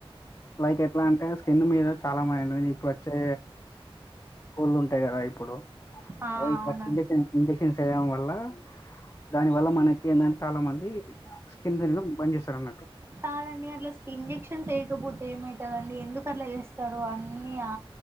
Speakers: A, on the left; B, on the right.
A: లైక్ ఎట్లా అంటే స్కిన్ మీద చాలా మైను ఇప్పుడు వచ్చే కొడ్లు ఉంటాయి కదా ఇప్పుడు
B: ఆ
A: అవి
B: అవునండి
A: వర్కులు చేసే ఇంజక్షన్స్ వేయడం వల్ల దాని వల్ల మనకి ఏంది అంటే చాలా మంది స్కిన్ తినడం బంద్ చేస్తారు అన్నట్టు
B: కాదండి అట్లా ఇంజక్షన్ వేయకపోతే ఏమవుతదండి ఎందుకు అట్లా చేస్తారు అన్ని ఆ